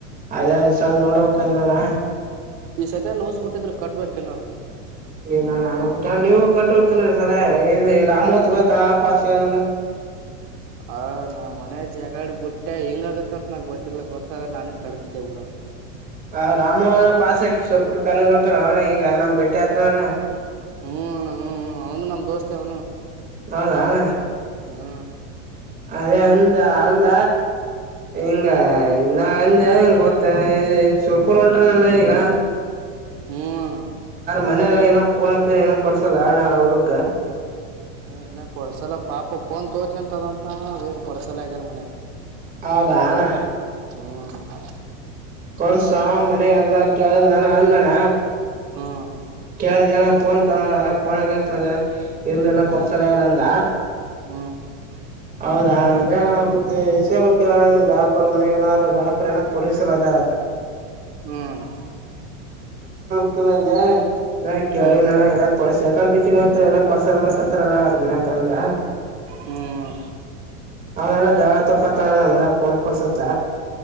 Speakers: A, on the right; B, on the right.
A: ಅದೇ ಸಲ್ ನೋಡಬೇಕಂದ ನೋಣ
B: ಈ ಸತಿ ಲೋಸ್ ಬಿಟ್ಟಿದ್ರೆ ಕಟ್ ಬ್ಯಾಕ್ ಇಲ್ಲಣ್ಣ
A: ಣಟ್ಟ ನೀವವು ಕಟ್ಟ ಹೋಗ್ತಲ್ೀ ಸಡ ರಾಮೋತ್ ಗೊತಾ ಪಾಸ ಏನಲ್ಲಾ
B: ಹ ನಾ್ ಮನ ಜಗಾಡ್ ಬಿಟ್ಟೆ ಹೆಂಗಗತ್ತ ಅಂತ ನಂಗ ಗೊತ್ತಿಲ್ಲ ಗೊತ್ತಾಗ ನಾನು ಕಡತಿದ್ದೆ ಬಿುಡ
A: ಆ ರಾಮೋಹನ ಪಾಸ್ ಹಾಕಿ ಸ್ವಲ್ಪುಟ್ಟ ಕಾಲೇಜ್ ಉಂಟ ನೋಣ ಈಗ ನಮ್ ಬೆಟ್ಟೆ ಹತ್ರಣ್ಣ
B: ಹ್ಮ್ ಹ್ಮ ಅವನು ನಮ್ ದೋಸ್ತೆ ಅವನು
A: ನಾದಣ
B: ಹಾ
A: ಅದೇ ಅಂದ ಅಂದ ಹಿಂಗ ಇನ್ನಾ ಅಂದ ಹಿಂಗ ಗೊತ್ತೇನೆ ಈ ಸ್ವಲ್ಪೂರ್ ಹೊಂಟ್ರ ಈಗ
B: ಹ್ಮ ಅಣ್ಣ
A: ಮನೇಲ್ಲ ಏನ ಪೋನಪ್ಪ ಏನ ಕೊಡ್ಸಲ್ಲಣ ಹುಡುಗ್ಗ
B: ಏ ಇ ಕೊಡ್ಸಲ ಪಾಪು ಫೋನ್ ತೋತ್ನಂತದಂತಾನ ಅದ ನ್ ಕೊಡ್ಸಲ ಆಗಾರ ಮನ್ಯಾಗ
A: ಹೌದಣ
B: ಹ್ಮ್
A: ಕೊರ್ಸ ಮನೆಗೆ ಎಲ್ಲ ಕೇಳ ನನ ಅಂದಣ್ಣ
B: ಹ್ಮ
A: ಎ ಜನ ಫೋನ್ ತಗೊಂಡ ಎಲ್ಲನ ಕೊಡ್ಸಣ ಯಾರಂದ
B: ಹ್ಮ
A: ಹೌದ ಹಣಗ ಮತ್ತೆ ಇಸ್ಕೋಬ್ ದಡಪ್ಪರ ಮನೆ ನಾದಾರರು ದಡಪ್ಪರ ಏನ ಪೊಲೀಸರು ಅದಾರ
B: ಹ್ಮ್
A: ಸಿಕ್ಕಲ ಹ ಕೇಳಿ
B: ಹ್ಮ್
A: ನಣ್ಣ ಏ ಕೊಕಂಡ್ ಪಿಚಿ ಮುತ ನಕ್ ಕೊಡ್ಸ ಕತ್ತಾರಣ ಅವ್ರ ಮನ್ಯಾಗ ಅಂದ್ರ
B: ಹ್ಮ್
A: ಆಮೇಲ್ಲ ಜಾಳ ತಕತ ಮಲೆ ಫೋನ್ ಕೊಡ್ಸುತ್ತ